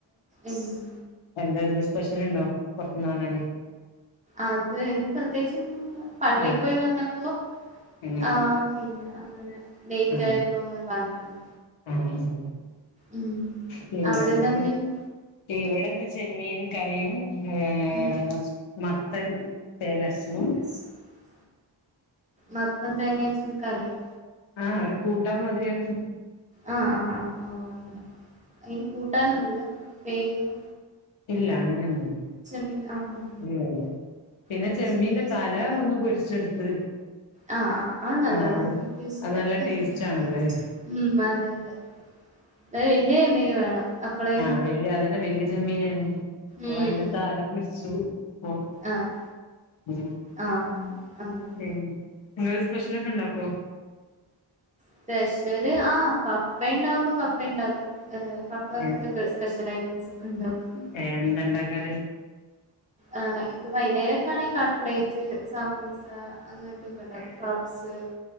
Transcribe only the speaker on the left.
എന്തെലും സ്പെഷ്യല്ണ്ടോ പൊറത്ത്ന്ന് വാങാന്.
ആഹ്
അങ്ങനെ
ആഹ്
<unintelligible>
പിന്നെവിടെ
ഇവിടിന്ന് ചെമ്മീൻ കറിയും ഏഹ്
മത്തൻ തേങ്ങ അരച്ച്.
ആഹ് ഒരു കൂട്ടാമാതിരിയാക്കും.
ഇല്ല അങ്ങനെയൊന്നുല്ല
ഇല്ല, ഇല്ല. പിന്നെ
ചെമ്മീന്റെ
തല
ഒന്ന് പൊരിച്ചെടുത്ത്.
ആ അത്
അത്
ടേസ്റ്റ് ആണല്ലേ
ആ വല്യ അതന്നെ വലിയ ചെമ്മീനാരുന്നു. അപ്പൊ
അതിന്റെ തല പൊരിച്ചു അപ്പോ.
ഉം.
ഉം നിങ്ങള് സ്പെഷ്യലൊക്കെ ഇണ്ടാക്കുവോ?
ഏ
വേറെന്താ ഇണ്ടാക്കാറ്?